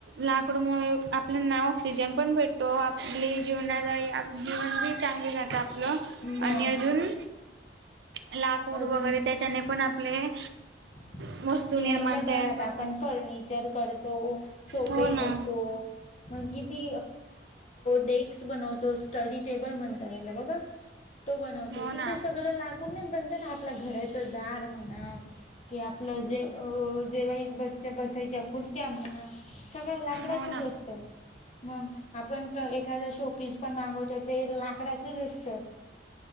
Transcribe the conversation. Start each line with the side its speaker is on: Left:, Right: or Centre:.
Right: लाकूड मु- आपल्याना ऑक्सिजन पण भेटतो. आपली जीवनादाई आपली जीवन बी चांगले जातं. आप- आपलं
Left: मग
Right: आणि अजून लाकूड
Left: अजून
Right: वगैरे त्याच्याने पण आपले-
Left: <inaudible>
Right: वस्तू
Left: हे
Right: निर्माण
Left: आपल्या घरात
Right: तयार करतात.
Left: आपण फर्निचर करतो. सोपे
Right: हो ना,
Left: घेतो. किती डेस्क बनवतो. स्टडी टेबल म्हणतात. याला बघा. तो बनवत होतेते.
Right: हो ना,
Left: सगळं लाकुडनच बनते ना. आपल्या घराचं दार म्हणा. कि आपलं जे अ-जेव्हाईला बस-बसायच्या खुर्च्या म्हणा. सगळं लाकडाचच
Right: हो ना,
Left: असत. मग. आपण एखादा शो पीस पण मागवतो ते लाकडाचच असत